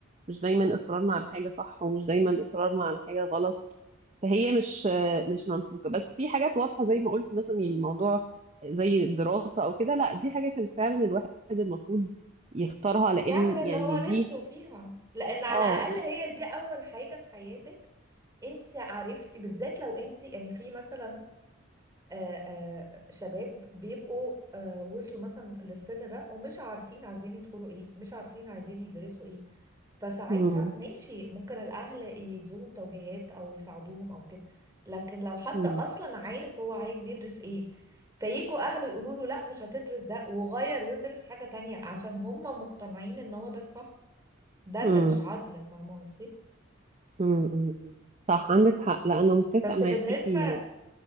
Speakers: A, on the right; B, on the right.
A: مش دايما إصرارنا على حاجة صح ومش دايما إصرارنا على حاجة غلط فهي مش مش ممسوكه بس في حاجات واضحه زي ما قلت مثلا يعني موضوع زي الدراسه او كده لا دي حاجه كان فعلا الواحد المفروض يختارها لان
B: يعمل اللي
A: يعني
B: هو
A: دي
B: نفسه فيها لأن على
A: اه
B: الأقل هي دي أول حاجة في حياتك انت عرفتي بالذات لو انت يعني في مثلا آه، آه، شباب بيبقوا آه، وصلوا مثلا للسن ده ومش عارفين عايزين يدخلوا ايه مش عارفين عايزين يدرسوا ايه فساعتها
A: مم.
B: ماشي ممكن الاهل يدوهم توجيهات او يساعدوهم او كده لكن لو حد
A: مم.
B: اصلا عارف هو عايز يدرس ايه فيجوا اهله يقولوا له لا مش هتدرس ده وغير وادرس حاجة تانية عشان هم مقتنعين ان هو ده الصح ده
A: مم.
B: اللي مش عدل فاهمة قصدي
A: مم. مم. صح عندك حق لا انا متفقه
B: بس
A: معاكي
B: بالنسبة